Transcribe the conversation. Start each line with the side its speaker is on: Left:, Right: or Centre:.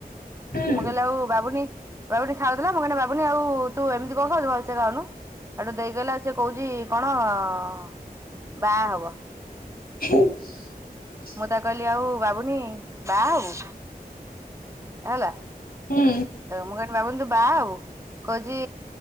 Left: ହୁଁ
Right: ମୁଁ କହିଲି, ଆଉ ବାବୁନୀ, ବାବୁନୀ ଖାଉଥିଲା ମୁଁ କହିଲି ବାବୁନୀ ଆଉ ତୁ ଏମିତି କଣ ଖାଉଛୁ, ଭଲସେ ଖାଉନୁ, ହେଠୁ ଦେଇ କହିଲା -ସିଏ କହୁଛି କଣ? ହଁ ବାହା ହବ।
Left: ହ <unintelligible>
Right: ମୁଁ ତାକୁ କହିଲି ଆଉ ବାବୁନି ବାହା ହବୁ, ହେଲା।
Left: ହୁଁ
Right: ମୁଁ କହିଲି, ବାବେନି ତୁ‌ ବାହା ହବୁ, କହୁଛି